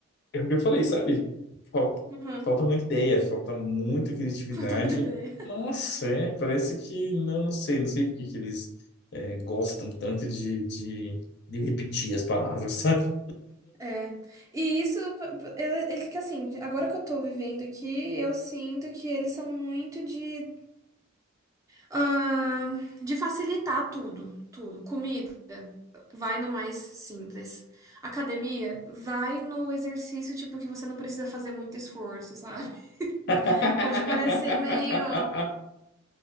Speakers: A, on the left; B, on the right.
A: é o que eu falei, sabe? Falta,
B: Uhum.
A: falta muita ideia, falta muita criatividade.
B: <laughs> Foi tua ideia.
A: Nossa, é, parece que, não, não sei, não sei por que que eles é, gostam tanto de, de, de repetir as palavras, sabe?
B: É. E isso, p- p- eu- eles que assim, agora que eu tô vivendo aqui, eu sinto que eles são muito de Ah, de facilitar tudo, tudo. Comida, vai no mais simples. Academia, vai no exercício tipo que você não precisa fazer muito esforço, sabe? <laughs>
A: <laughs>
B: Pode parecer meio